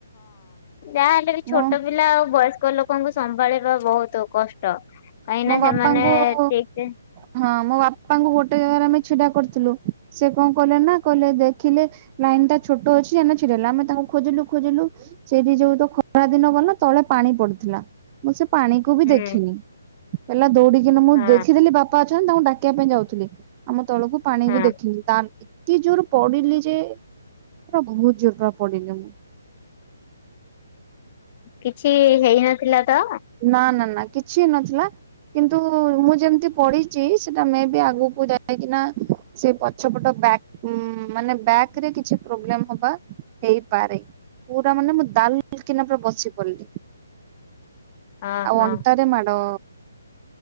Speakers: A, on the left; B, on the right.
A: ଯାହାହେଲେ ବି ଛୋଟ
B: ମୋ
A: ପିଲା ଆଉ ବୟସ୍କ ଲୋକଙ୍କୁ ସମ୍ଭାଳିବା ବହୁତ କଷ୍ଟ। କାହିଁ ନା
B: ମୋ
A: ସେମାନେ
B: ବାପାଙ୍କୁ
A: ଠିକ ସେ
B: ହଁ ମୋ ବାପାଙ୍କୁ ଗୋଟେ ଜାଗାରେ ଆମେ ଛିଡା କରିଥିଲୁ ସେ କଣ କହିଲେ ନା କହିଲେ ଦେଖିଲେ ଲାଇନ ଟା ଛୋଟ ଅଛି <unintelligible> ହେଲା ଆମେ ତାଙ୍କୁ ଖୋଜିଲୁ ଖୋଜିଲୁ ସେ ବି ଯୋଉ ତ ଖ ଖରା ଦିନ ମାନେ ତଳେ ପାଣି ପଡିଥିଲା ମୁଁ ସେ ପାଣିକୁ ବି
A: ହୁଁ
B: ଦେଖିନି। ହେଲା ଦୌଡିକିନା ମୁଁ
A: ହଁ
B: ଦେଖିଦେଲି ବାପା ଅଛନ୍ତି ତାଙ୍କୁ ଡାକିବା ପାଇଁ ଯାଉଥିଲି। ଆମ ତଳକୁ ପାଣି
A: ହଁ।
B: ବି ଦେଖିଲି ତା ଏତେ ଜୋର ପଡିଲି ଯେ ପା ବହୁତ ଜୋର ପୁରା ପଡିଲି ମୁଁ।
A: କିଛି ହେଇନଥିଲା ତ?
B: ନା ନା ନା କିଛି ହେଇନଥିଲା କିନ୍ତୁ ମୁଁ ଯେମିତି ପଡିଛି ସେଟା ମେଁବି ଆଗକୁ ଯାଇକିନା ସେ ପଛପଟ ବ୍ୟାକ୍ ଉଁ ମାନେ ବ୍ୟାକ ରେ କିଛି ପ୍ରୋବ୍ଲେମ ହବା ହେଇପାରେ। ପୁରା ମାନେ ମୁଁ ଦାଲ୍ କିନା ପୁରା ବସି ପଡିଲି।
A: ଅହୋ।
B: ଆଉ ଅଣ୍ଟାରେ ମାଡ଼